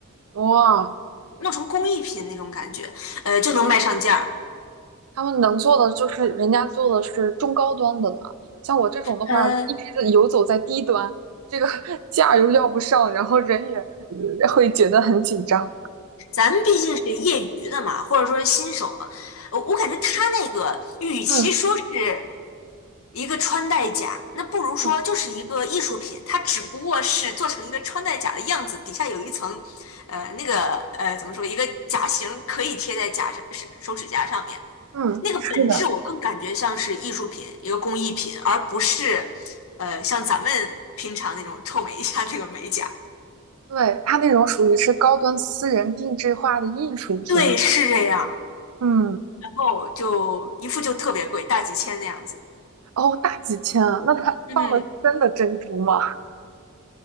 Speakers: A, on the right (about 80°); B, on the left (about 70°).
A: 哇，
B: 弄成工艺品那种感觉，呃，就能卖上价儿。
A: 他们能做的就是人家做的是中高端的了，像我这种的话，
B: 呃，
A: 一直是游走在低端，这个 <laughs> 价又要不上，然后人也呃会觉得很紧张。
B: 咱们毕竟是业余的嘛，或者说是新手嘛，我我感觉他那个与其说是
A: 嗯
B: 一个穿戴甲，那不如说就是一个艺术品，
A: 嗯
B: 它只不过是做成一个穿戴甲的样子，底下有一层，呃，那个呃怎么说，一个甲型可以贴在甲上是手指甲上面，
A: 嗯，
B: 那个本质我更感觉像是艺术品，
A: 是的，
B: 一个工艺品，而不是呃像咱们平常那种臭美一下那个美甲。
A: 对，他那种属于是高端私人定制化的艺术品。
B: 对，是这样。
A: 嗯，
B: 后就一副就特别贵，大几千那样子。
A: 哦，大几千啊，那他
B: 嗯，
A: <laughs> 真的珍珠吗？